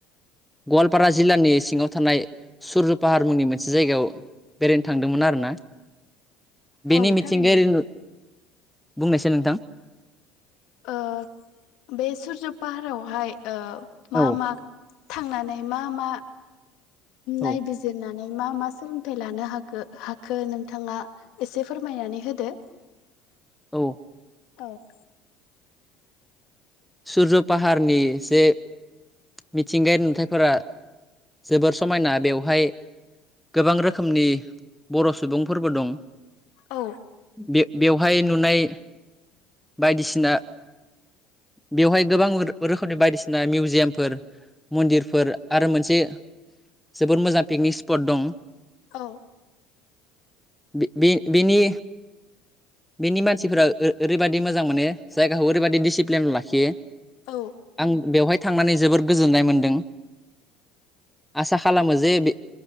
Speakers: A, in the centre; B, on the left.
A: गवालपारा जिल्लानि सिङाव थानाय सुरज' पाहार मुंनि मोनसे जायगायाव बेरायनो थांदोंमोन आरोना। बेनि
B: औ
A: मिथिंगायारि
B: थारैनो
A: नु बुंनायसै नोंथां।
B: ओ बे सुरजु पाहारावहाय ओ मा
A: औ
B: मा? थांनानै मा मा?
A: औ
B: नाय बिजिरना मा मा सोलोंथाइ लानो हाखो हाखो नोंथाङा एसे फोरमायनानै होदो।
A: औ।
B: अक।
A: सुरज' पाहारनि जे मिथिंगायारि नुथायाइफोरा जोबोर समायना बेवहाय गोबां रोखोमनि बर' सुबुंफोरबो दं।
B: औ
A: बे बेवहाय नुनाय बायदिसिना बेवहाय गोबां रोखोमनि बायदिसिना मिउजियामफोर मन्दिरफोर आरो मोनसे जोबोद मोजां पिकनिक स्पट दं।
B: औ।
A: बि बे बिनि। बेनि मानसिफोरा ओरै ओरैबायदि मोजां मानो जायगाखौ ओरैबायाददि डिसिप्लिनाव लाखियो।
B: औ
A: आं बेवहाय थांनानै जोबोर गोजोननाय मोनदों आसा खालामो जे बे